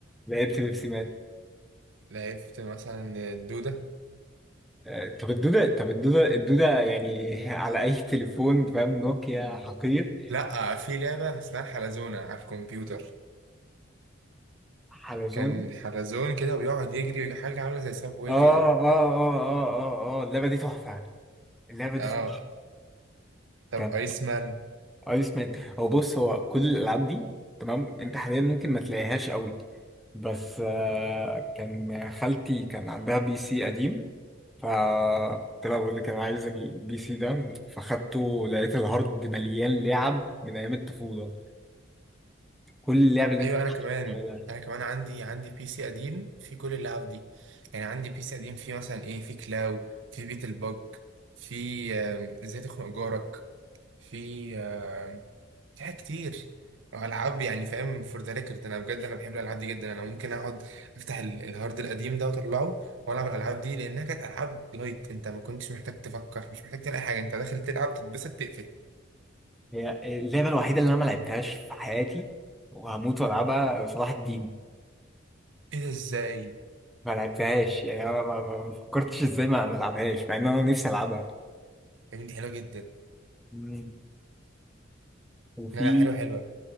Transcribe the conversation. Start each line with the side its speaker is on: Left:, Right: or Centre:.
Centre: بيبسي مان
Right: لعبت مثلا الدوده
Centre: آه، طب الدودة طب الدودة الدودة يعني <laughs> على أي تليفون فاهم نوكيا حقير
Right: لا في لعبه اسمها الحلزونه على الكمبيوتر
Centre: حلزون
Right: كان حلزون كده ويقعد يجري حاجه عامله زي سابواي
Centre: اه
Right: كده
Centre: اه اه اه اه اه اللعبه دي تحفه يعني. اللعبه دي
Right: اه
Centre: تحفه
Right: طب
Centre: كان
Right: ايس مان
Centre: ايس مان هو بص هو كل الالعاب دي تمام انت حاليا ممكن ما تلاقيهاش قوي بس آه كان خالتي كان عندها بي سي قديم ف قلت لها بقول لك انا عايز البي سي ده فاخدته لقيت الهارد مليان لعب من ايام الطفوله كل اللعب اللي
Right: ايوه
Centre: انت تتخيلها
Right: انا كمان انا كمان عندي عندي بي سي قديم فيه كل اللعب دي يعني عندي بي سي قديم فيه مثلا ايه فيه كلاو فيه بيت البج فيه آم، ازاي تخنق جارك فيه آم، في حاجات كتير العاب يعني فاهم فور ذا ريكورد انا بجد انا بحب الالعاب دي جدا انا ممكن اقعد افتح ال- الهارد القديم ده واطلعه والعب الالعاب دي لانها كانت العاب لايت انت ما كنتش محتاج تفكر مش محتاج تعمل اي حاجه انت داخل تلعب تتبسط تقفل
Centre: هي اللعبه الوحيده اللي انا ما لعبتهاش في حياتي وهموت والعبها صلاح الدين
Right: ايه ده ازاي
Centre: ما لعبتهاش يعني انا ما ما- ما فكرتش ازاي ما ما العبهاش مع ان انا نفسي العبها
Right: يا بنتي حلوه جدا
Centre: مم. وفي
Right: لا لا حلوه حلوه